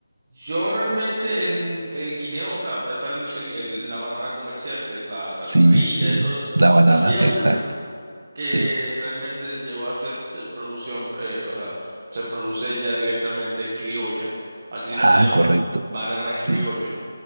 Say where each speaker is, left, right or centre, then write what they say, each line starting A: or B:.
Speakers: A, on the right; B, on the right.
A: yo realmente el, el guineo, o sea, está el- el- el- la banana comercial, que es la, o sea,
B: Sí,
A: la amarilla
B: sí,
A: y todo eso. Entonces
B: la banana,
A: había
B: exacto.
A: una. que
B: Sí.
A: realmente llegó a ser eh, producción, eh, o sea, se produce ya directamente criolla, así mismo
B: Ah,
A: se llama,
B: correcto.
A: banana
B: Sí,
A: criollo,